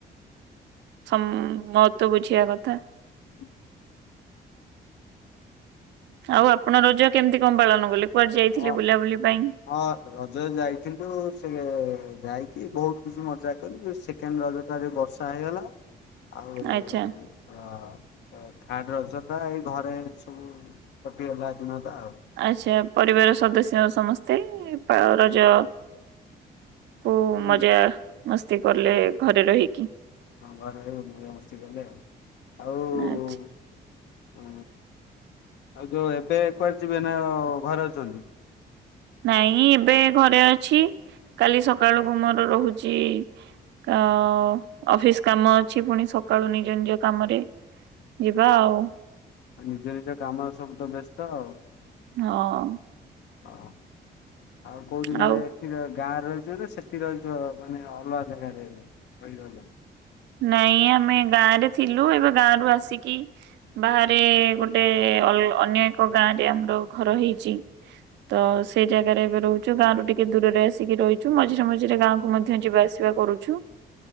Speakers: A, on the right; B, on the left.
A: ଛମ୍ ମହତ୍ଵ ବୁଝିବା କଥା।
B: ହ <inaudible>
A: ଆଉ ଆପଣ ରଜ କେମିତି କଣ ପାଳନ କଲେ କୁଆଡେ ଯାଇଥିଲେ
B: ହଁ
A: ବୁଲାବୁଲି ପାଇଁ?
B: ହଁ ରଜରେ ଯାଇଥିଲୁ ସେ ଯାଇକି ବହୁତ ଖୁସି ମଜା କଲୁ ସେକେଣ୍ଡ ରଜ ବର୍ଷା ହେଇଗଲା ଆଉ ଅ
A: ଆଚ୍ଛା
B: ଥାର୍ଡ ରଜଟା ଏଇ ଘରେ ସବୁ କଟିଗଲା ଦିନ ତ ଆଉ।
A: ଆଚ୍ଛା ପରିବାର ସଦସ୍ୟ ସମସ୍ତେ ରଜ ଓ
B: ହୁଁ
A: ମଜା ମସ୍ତି କଲେ ଘରେ ରହିକି।
B: ହଁ ଘରେ <unintelligible> ମସ୍ତି କଲେ ଆଉ ଆଉ
A: ଆଚ୍ଛା।
B: ହଁ ଆଉ ଯୋଉ ଏବେ କୁଆଡେ ଯିବେ ନା ଘରେ ଅଛନ୍ତି।
A: ନାଇଁ ଏବେ ଘରେ ଅଛି କାଲି ସକାଳୁକୁ ମୋର ରହୁଛି। ଅ ଅଫିସ କାମ ଅଛି ପୁଣି ସକାଳୁ ନିଜ ନିଜ କାମରେ ଯିବା ଆଉ।
B: ଆଉ ନିଜ ନିଜ କାମ ରେ ସବୁ ତ ବ୍ୟସ୍ତ ଆଉ।
A: ହଁ।
B: ଓ ଆଉ କୋଉଠି ମାନେ
A: ଆଉ
B: ସେଠି ଗାଁ ରେ ରହିଛନା ସେଠି ରହିଛ ମାନେ ଅଲଗା ଜାଗାରେ ରହିଗଲ।
A: ନାଇଁ ଆମେ ଗାଁ ରେ ଥିଲୁ ଏବେ ଗାଁରୁ ଆସିକି ବାହାରେ ଗୋଟେ ଅନ୍ୟ ଏକ ଗାଁ ରେ ଆମର ଘର ହେଇଛି। ତ ସେଇ ଜାଗାରେ ଏବେ ରହୁଛୁ ଗାଁରୁ ଟିକେ ଦୂରରେ ଆସିକି ରହିଛୁ ମଝିରେ ମଝିରେ ଗାଁକୁୁ ମଧ୍ୟ ଯିବା ଆସି <unintelligible> କରୁଛୁ